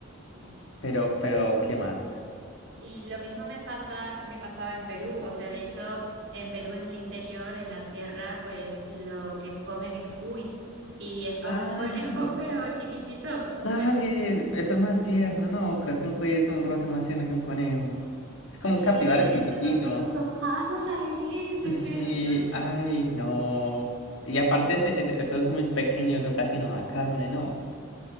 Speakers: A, on the right; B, on the left.
A: Sí.
B: pero, pero, ¿qué más?
A: Y lo mismo me pasa, me pasaba en Perú, o sea, de hecho, en Perú en el interior, en la sierra, pues lo que comen es cuy y es como
B: Ah,
A: un conejo, <laughs> pero chiquitito.
B: dale,
A: Entonces,
B: eso es más tierno, no, creo que un cuello es un roce más tierno que un conejo.
A: sí,
B: Es como un capibara chiquitito.
A: eso con, con sus ojazos ahí, sí, sí,
B: Sí,
A: me encanta.
B: ay, no. Y aparte, ese- ese- eso es muy pequeño, eso casi no da carne, ¿no?